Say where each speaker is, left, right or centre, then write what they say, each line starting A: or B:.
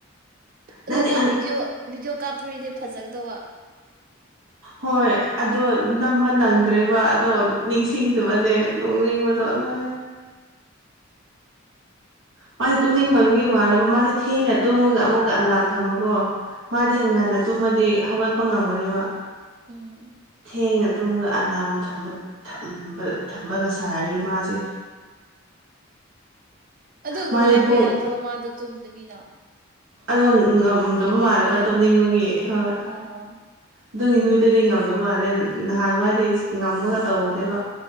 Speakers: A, on the right (about 45°); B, on the right (about 75°).
A: ꯑꯗꯨ
B: ꯅꯪꯗꯤ
A: ꯅꯪ ꯚꯤꯗꯤꯑꯣ ꯚꯤꯗꯤꯑꯣ ꯀꯥꯞꯄꯣꯔꯤꯗꯤ ꯐꯖꯒꯗꯕ
B: ꯍꯣꯏ ꯑꯗꯣ ꯅꯝꯕ ꯅꯪꯗ꯭ꯔꯦꯕ ꯑꯗꯣ ꯅꯤꯡꯁꯤꯡꯗꯕꯅꯦ ꯅꯣꯡꯅꯤꯡꯕ <unintelligible> ꯃꯥꯁꯦ ꯇꯨꯝꯅꯤꯡꯕꯒꯤ ꯃꯥꯜꯂꯦꯕ ꯃꯥꯁꯦ ꯊꯦꯡꯅ ꯇꯨꯝꯃꯒ ꯑꯃꯨꯛꯀ ꯑꯂꯥꯝ ꯊꯝꯕꯀꯣ ꯃꯥꯗꯤ
A: ꯎꯝꯝ
B: ꯉꯟꯅꯥ ꯇꯨꯝꯃꯗꯤ ꯍꯧꯒꯠꯄ ꯉꯝꯕꯅꯦꯕ
A: ꯎꯝ
B: ꯊꯦꯡꯅ ꯇꯨꯝꯃꯒ ꯑꯂꯥꯝ ꯊꯝꯕ ꯊꯝꯕꯒ ꯁꯥꯔꯤ ꯃꯥꯁꯦ
A: ꯑꯗꯨ
B: ꯃꯥꯗꯤ
A: ꯉꯥꯏꯕ
B: ꯄꯨꯡ
A: ꯌꯥꯗ꯭ꯔꯣ ꯃꯥꯗꯣ ꯇꯨꯝꯗꯕꯤꯅ
B: ꯑꯗꯣ ꯉꯝꯗꯕ
A: ꯌꯦꯡꯅꯤꯡꯉꯗꯤ
B: ꯃꯥꯜꯂꯦꯕ
A: ꯍꯥꯏꯕ
B: ꯇꯨꯝꯅꯤꯡꯕꯒꯤ ꯍꯣꯏ
A: ꯑꯣ
B: ꯑꯗꯨꯒꯤ ꯅꯨꯃꯤꯠꯇꯨꯗꯤ ꯉꯝꯗ ꯃꯥꯜꯂꯦ ꯅꯍꯥꯟꯋꯥꯏꯗꯤ ꯉꯝꯃꯒ ꯇꯧꯕꯅꯦꯕ